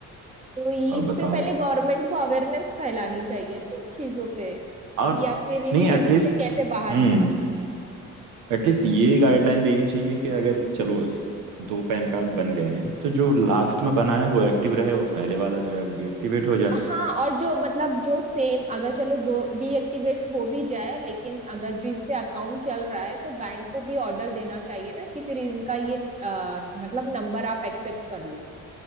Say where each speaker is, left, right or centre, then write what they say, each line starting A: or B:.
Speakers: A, on the right; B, on the right.
A: तो ये-
B: अब
A: इस
B: बताओ
A: पे पहले गवर्नमेंट को अवेयरनेस फैलानी चाहिए ना इन चीजों पे
B: और
A: या फिर इन
B: नहीं
A: चीजों
B: एटलीस्ट
A: से कैसे बाहर
B: हम्म
A: निकलना
B: एटलीस्ट ये गाइडलाइन देनी चाहिए कि अगर चलो दो पैन कार्ड बन गए हैं तो जो लास्ट में बना है वो एक्टिव रहे और पहले वाला जो है वो डीएक्टिवेट हो जाए
A: हाँ और जो मतलब जो सेम अगर चलो दो डीएक्टिवेट हो भी जाए लेकिन अगर जिस पे अकाउंट चल रहा है तो बैंक को भी ऑर्डर देना चाहिए ना कि फिर इनका ये अ, मतलब नंबर आप एक्सेप्ट कर लो